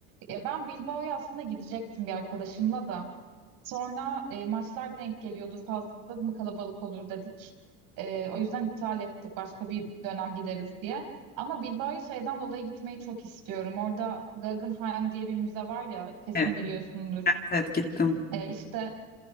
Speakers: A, on the right; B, on the left.
A: Ya ben Bilbao'ya aslında gidecektim bir arkadaşımla da. Sonra e, maçlar denk geliyordu. Fazla mı kalabalık olur dedik. E, o yüzden iptal ettik. Başka bir dönem gideriz diye. Ama Bilbao'ya şeyden dolayı gitmeyi çok istiyorum. Orada Guggenheim diye bir müze var ya kesin
B: Evet,
A: biliyorsundur.
B: evet gittim.
A: E, işte